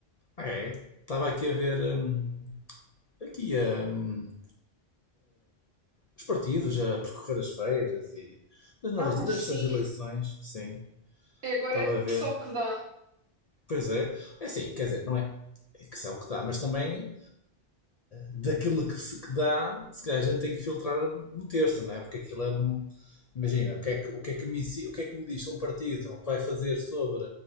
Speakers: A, on the left; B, on the right.
A: ah, é? Estava aqui a ver. hum, aqui hum, os partidos, a percorrer as feiras e. das novas.
B: Ah,
A: destas
B: sim.
A: eleições. Sim.
B: E agora
A: Estava
B: é
A: a ver.
B: só o que dá.
A: Pois é. É assim, quer dizer, não é? É que são o que dá, mas também daquilo que se que dá, se calhar a gente tem que filtrar um terço, não é? Porque aquilo é. um- Imagina, o que é que, o que, é que, me, ensi- o que é que me diz um partido vai fazer sobre